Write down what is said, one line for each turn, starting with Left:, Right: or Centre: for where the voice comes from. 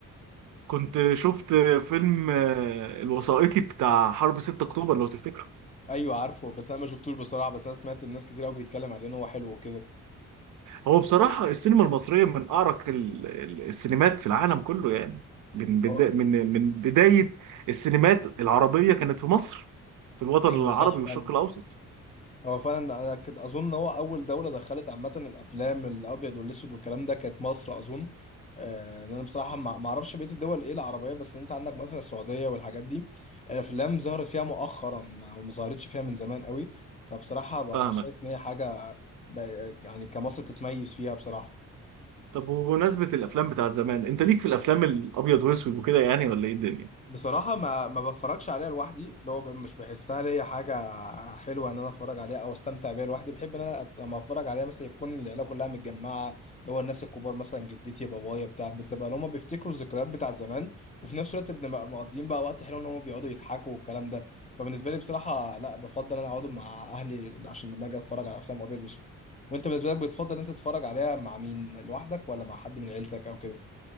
Right: كنت شفت فيلم آه، الوثائقي بتاع حرب 6 اكتوبر لو تفتكره
Left: ايوه عارفه بس انا ما شفتوش بصراحه بس انا سمعت الناس كتير قوي بتتكلم عليه ان هو حلو وكده
Right: هو بصراحة السينما المصرية من أعرق ال- ال- السينمات في العالم كله يعني من بدا
Left: هو-
Right: من من بداية السينمات العربية كانت في مصر في الوطن
Left: ايوه
Right: العربي
Left: صح
Right: والشرق
Left: فعلا
Right: الأوسط
Left: هو فعلا انا كد- اظن هو اول دوله دخلت عامه الافلام الابيض والاسود والكلام ده كانت مصر اظن آه، ان انا بصراحه ما ما اعرفش بقيه الدول ايه العربيه بس انت عندك مثلا السعوديه والحاجات دي الافلام ظهرت فيها مؤخرا ما ما ظهرتش فيها من زمان قوي فبصراحه بقى
Right: فاهمك
Left: شايف ان هي حاجه بقى- يعني كمصر تتميز فيها بصراحه
Right: طب وبمناسبة الأفلام بتاعت زمان أنت ليك في الأفلام الأبيض وأسود وكده يعني ولا إيه الدنيا؟
Left: بصراحة ما ما بتفرجش عليها لوحدي اللي هو ب- مش بحسها ليا حاجة حلوة إن أنا أتفرج عليها أو أستمتع بيها لوحدي بحب إن أنا أت- لما أتفرج عليها مثلا يكون العيلة كلها متجمعة اللي هو الناس الكبار مثلا جدتي بابايا بتاع بتبقى اللي هما بيفتكروا الذكريات بتاعت زمان وفي نفس الوقت بنبقى مقضيين بقى وقت حلو إن هما بيقعدوا يضحكوا والكلام ده فبالنسبة لي بصراحة لا بفضل إن أنا أقعد مع أهلي عشان لما أجي أتفرج على أفلام أبيض وأسود وأنت بالنسبة لك بتفضل إن أنت تتفرج عليها مع مين لوحدك ولا مع حد من عيلتك أو كده؟